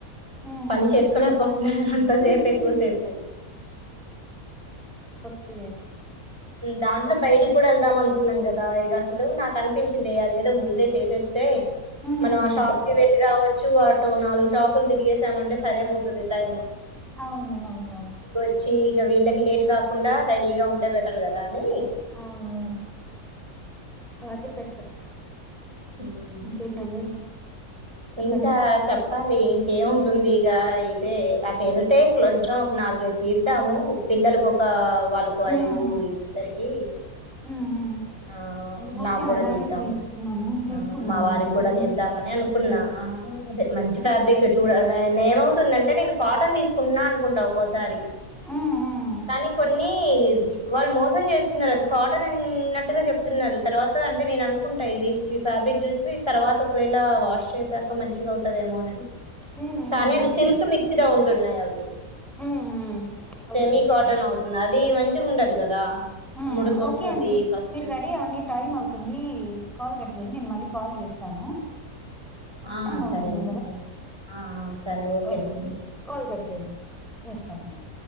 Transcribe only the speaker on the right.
పని చేసుకోలేకపోతున్నారు అంతసేపు.
పెక్కువ సేపు.
దాంట్లో బయటికి కూడా వెళ్దాం అనుకున్నాం కదా. ఇగ అసలు నాకు అనిపించింది అదే దో ముందే చేసేస్తే
మనం
ఆ షాప్ కి వెళ్ళి రావ చ్చు, అటో నాలుగు షాపులు తిరిగసామంటే సరేపోతుంది టైమ్.
చ్చి ఇగా వీళ్ళకి లేట్ కాకుండా రెడీగా ఉంటే బెటర్ కదా. అని
ఉమ్,
ఇంకా చెప్పాలి ఇంకేముంటుంది ఇక ఇదే అటు వెళ్తే కొంచెం ఒక నా నాలుగై తీద్దాము పిల్లలలకు ఒకక వాళ్ళకు
ఐదుద్దరికి
ఆ
నాకు కూడా
తీద్దాము
ఆ మా వారికి
కూడా తీద్దామని
అనుకున్నా ఆ అదే మంచి
ఫ్యాబ్రిక్ చూడాలి అ ఏమవుతుందంటే నేను కాటన్ తీసుకుంటున్నా అనుకుంటా ఒక్కసారి
కానీ కొన్ని వాళ్ళు మోసం చేస్తున్నారు అది కాటన్ అన్నట్టు గా చెప్తున్నారు తర్వాత అంటే నేను అనుకుంటా ఇది ఫ్యాబ్రిక్ చూసి తర్వాత ఒకవేళ వాష్ చేసా మంచిగా అవుతదేమో అనిది
కానీ అది
సిల్క్ మిక్స ఉంటుంది న్నాయి అవి
Semi
కాటన్ అవుతుంది అది మంచి మచ్చి ఉండది కదా
ముడుత వస్తుంది
ఫస్ట్
ఆ
సరేనండి ఆ ఆ సరే ఓకేనండి